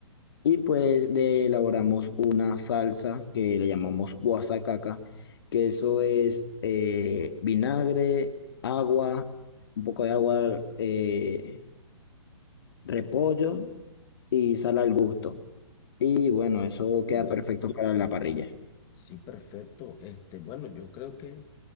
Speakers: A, on the left; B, on the left.
A: Y pues le elaboramos una salsa que le llamamos guasacaca, que eso es eh, vinagre, agua, un poco de agua, eh, repollo y sal al gusto. Y bueno,
B: Perfecto.
A: eso queda perfecto para la parrilla,
B: Sí, perfecto. Este, bueno, yo creo que